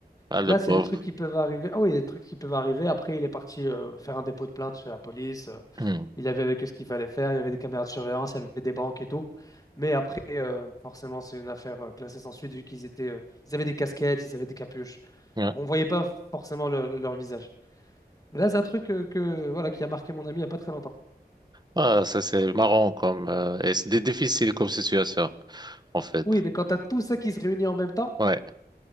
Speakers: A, on the right; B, on the left.
A: ah,
B: Donc
A: le
B: là,
A: pauvre.
B: c'est des trucs qui peuvent arriver. Ah oui, des trucs qui peuvent arriver. Après, il est parti euh, faire un dépôt de plainte chez la police, euh,
A: Hmm.
B: il avait avec eux ce qu'il fallait faire, il y avait des caméras de surveillance, il y avait des banques et tout. Mais après, euh, forcément, c'est une affaire euh, classée sans suite vu qu'ils étaient, euh, ils avaient des casquettes, ils avaient des capuches.
A: Ouais.
B: On voyait pas forcément leur leur visage. Mais là, c'est un truc euh, que, voilà, qui a marqué mon ami il n'y a pas très longtemps.
A: Ah, ça, c'est marrant comme, euh, et c'est difficile comme situation, en fait.
B: Oui, mais quand tu as tout ça qui se réunit en même temps
A: Ouais,